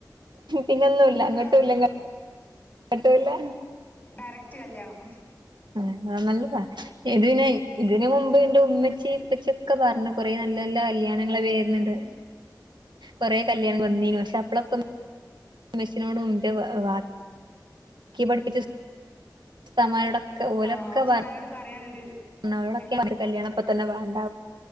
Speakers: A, on the right; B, on the left.
A: പിന്നൊന്നുംല്ല അങ്ങോട്ടും
B: ആഹ്
A: ഇല്ല ഇങ്ങോട്ടും പട്ടൂല്ല
B: ഡയറക്റ്റ് കല്യാണം
A: ആഹ് ആ നല്ലതാ ഇതിനെ ഇതിന് മുമ്പ്ന്റു ഉമ്മച്ചിപ്പച്ചിയ്ക്കെ പറഞ്ഞു കൊറേ നല്ല നല്ല കല്യാണങ്ങള് വരുന്നുണ്ട് കൊറെ കല്യാണം വന്നീനു പക്ഷെ അപ്പോളൊക്കെ <inaudible> ഉമ്മച്ചിനോടും ൻ്റെ വാ വാ ഇക്ക് പഠിപ്പിച്ച <inaudible> ഉസ്താദ്മാരൊടൊക്കെ ഓലൊക്കെ
B: ആഹ് ഉസ്താദിനോട്
A: പറ
B: പറയാനൊരു
A: വരണോരൊടൊക്കെ
B: ഇതില്ല
A: ഞാൻ പറഞ്ഞിക്ക് കല്യാണപ്പതന്നെ വേണ്ട